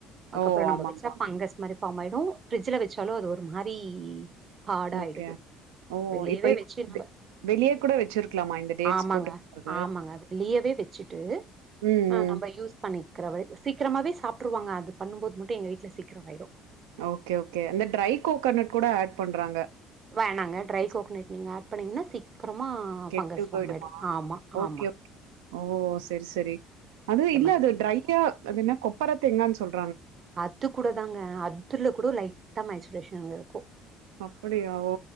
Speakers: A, on the right; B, on the right.
A: அதுக்கப்றோ
B: ஓ!
A: நம்ம
B: ஆமாமா.
A: வெச்சா ஃபங்கஸ் மாரி ஃபார்மாயிடு ஃப்ரிட்ஜ்ல வெச்சாலு அது ஒரு மாரி ஹார்டு ஆயிடுது
B: ஓகே. ஓ!
A: வெளியவே
B: இப்ப
A: வச்சு
B: இது
A: நம்ப
B: வெளிய கூட வச்சிருக்கலாமா? இந்த டேட்ஸ்
A: ஆமாங்க
B: போட்டு பண்றது?
A: ஆமாங்க வெளியவே வச்சுட்டு
B: ம்,
A: ஆ
B: ம்.
A: நம்ம யூஸ் பண்ணிக்கிறவே சீக்கிரமாவே சாப்டுருவாங்க அது பண்ணும்போது மட்டு எங்க வீட்ல சீக்ரமாயிடு
B: ஓகே ஓகே அந்த ட்ரை கோகனட் கூட ஆட் பண்றாங்க
A: வேணாங்க ட்ரை
B: சி
A: கோகனட் நீங்க ஆட் பண்ணீங்கனா சீக் க்றமா
B: கெட்டு
A: ஃபங்கஸ் ஃபார்மாயிடு
B: போயிடுமா?
A: ஆமா
B: ஓகே,
A: ஆமா
B: ஓகே. ஓ செர் செரி அதூ
A: இந்த
B: இல்ல
A: மாரி
B: அது ட்ரையா அது என்ன கொப்பர தேங்கான் சொல்
A: அது கூட தாங்க அதுல கூட லைட்டா மேஸ்லேஷன் இர்க்கூ
B: அப்படியா ஓ